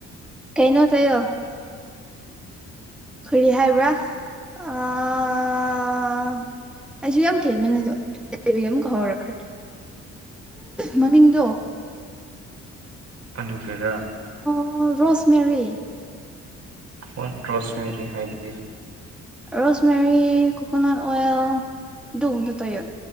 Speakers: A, in the centre; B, on the right.
A: ꯀꯩꯅꯣ ꯇꯩꯌꯣ ꯀꯔꯤ ꯍꯥꯏꯕ꯭ꯔꯥ ꯑꯥ ꯑꯩꯁꯨ ꯌꯥꯝ ꯀꯦꯟꯕꯅꯦ ꯑꯗꯣ <inaudible> ꯑꯃꯨꯛ ꯍꯧꯔꯛꯈ꯭ꯔꯦ ꯃꯃꯤꯡꯗꯣ
B: ꯑꯗꯨꯒꯤꯔꯥ
A: ꯑꯣ ꯔꯣꯁ ꯃꯦꯔꯤ
B: ꯑꯣꯟ ꯔꯣꯁꯃꯦꯔꯤ ꯍꯥꯏ <unintelligible>
A: ꯔꯣꯁ ꯃꯦꯔꯤ ꯀꯣꯀꯣꯅꯠ ꯑꯣꯏꯜ ꯗꯨꯒꯨꯝꯕꯗꯣ ꯇꯩꯌꯣ